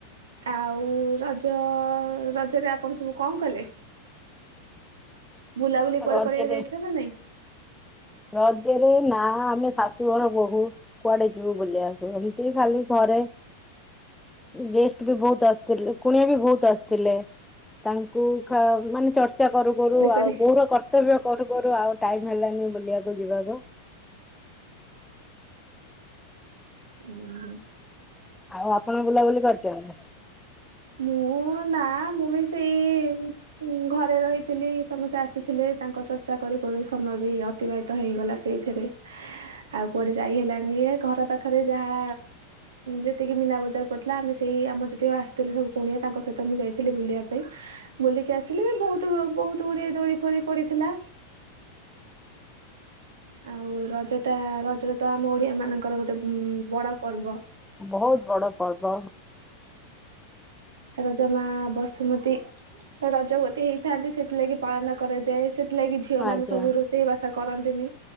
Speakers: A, on the right (about 65°); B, in the centre.
A: ଆଉ ରଜ- ରଜରେ ଆପଣ ସବୁ କଣ କଲେ? ବୁଲାବୁଲି କୁଆଡେ
B: ରଜରେ
A: କରିବାକୁ ଯାଇଥିଲା ନା ନାଇଁ?
B: ରଜରେ ନା ଆମେ ଶାଶୁଘର ବୋହୁ କୁଆଡେ ଯିବୁ ବୁଲିବାକୁ? ଏମିତି ଖାଲି ଘରେ ଗେଷ୍ଟ ବି ବୋହୁତ୍ ଆସିଥିଲେ କୁଣିଆ ବି ବହୁତ ଆସିଥିଲେ। ତାଙ୍କୁ ମାନେ ଖାଇବାକୁ, ଚର୍ଚ୍ଚା କରୁ କରୁ ଆଉ
A: କରି
B: ବୋହୂ ର କର୍ତ କର୍ତବ୍ଯ କରୁ କରୁ, ଆଉ ଟାଇମ୍ ହେଲାନି ବୁଲିବାକୁ ଯିବାକୁ
A: ଓ ହୋ।
B: ଆଉ ଆପଣ ବୁଲାବୁଲି କରିଛନ୍ତି?
A: ମୁଁ ନା ମୁଁ ବି ସେଇ ହଁ ଘରେ ରହିଥିଲି, ସମସ୍ତେ ଆସିଥିଲେ ତାଙ୍କ ଚର୍ଚ୍ଚା କରୁ କରୁ ସମୟ ବି ଅ ଅତିବାହିତ ହେଇଗଲା ସେଇଥିରେ ଆଉ କୁଆଡେ ଯାଇ ହେଲାନି ଏ ଘର ପାଖରେ ଯାହା ଯେତିକି ମିନା ବଜାର ପଡିଥିଲା ଆମେ ସେଇ ଆମ ଆସିଥିଲେ ସବୁ କୁଣିଆ ତାଙ୍କ ସହିତ ମୁଁ ଯାଇଥିଲି ବୁଲିବା ପାଇଁ, ବୁଲିକି ଆସିଲେ ବୋହୁତ୍ ବୋହୁତ୍ ଦୋଳି ଫୋଳି ପଡିଥିଲା। ଆଉ ରଜଟା ରଜରେ ତ ଆମ ଓଡିଆ ମାନଙ୍କର ଗୋଟେ ଉ ବଡ ପର୍ବ।
B: ବହୁତ ବଡ଼ ପର୍ବ
A: ରଜମା ବସୁମତୀ ରଜବତୀ ହେଇଥାନ୍ତି, ସେଥିଲାଗି ପାଳନ କରାଯାଏ ସେ ସେଥିଲାଗି ଝିଅ ମାନ
B: ଆଜ୍ଞା।
A: ସବୁ ରୋଷେଇ ବାସ କରନ୍ତିନି